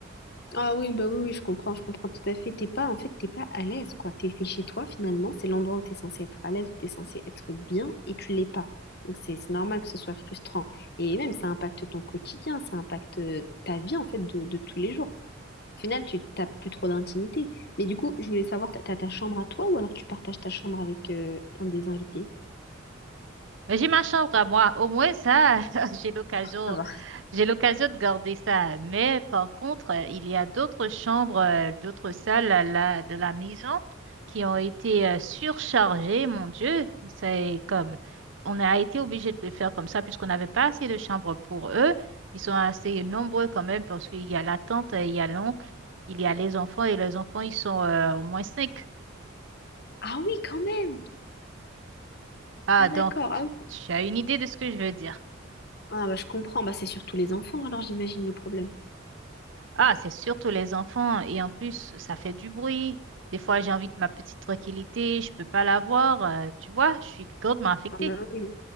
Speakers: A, on the left; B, on the right.
A: Ah oui, bah oui, oui, je comprends, je comprends tout à fait. T'es pas, en fait, t'es pas à l'aise, quoi. T'es t'es chez toi, finalement, c'est l'endroit où t'es censé être à l'aise, où t'es censé être bien, et tu l'es pas. Donc c'est c'est normal que ce soit frustrant. Et même, ça impacte ton quotidien, ça impacte euh, ta vie, en fait, de de tous les jours. Au final, tu t'as plus trop d'intimité. Mais du coup, je voulais savoir, t'as t'as ta chambre à toi ou alors tu partages ta chambre avec euh, un des invités?
B: Mais J'ai ma chambre à moi. Au moins, ça, <laughs> j'ai l'occasion.
A: Ça va.
B: J'ai l'occasion de garder ça, mais par contre, euh, il y a d'autres chambres, euh, d'autres salles à la- de la maison qui ont été euh, surchargées. Mon Dieu, c'est comme on a été obligé de le faire comme ça puisqu'on n'avait pas assez de chambres pour eux. Ils sont assez nombreux quand même parce qu'il y a la tante, euh, il y a l'oncle, il y a les enfants et les enfants, ils sont euh, au moins cinq.
A: Ah oui, quand même!
B: Ah,
A: Ah
B: donc
A: d'accord, ah oui.
B: tu as une idée de ce que je veux dire.
A: Ah bah je comprends, bah c'est surtout les enfants alors j'imagine le problème.
B: Ah, c'est surtout les enfants. Et en plus, ça fait du bruit. Des fois, j'ai envie de ma petite tranquillité. Je peux pas l'avoir. euh, tu vois, je suis grandement affectée.
A: Ah bah oui,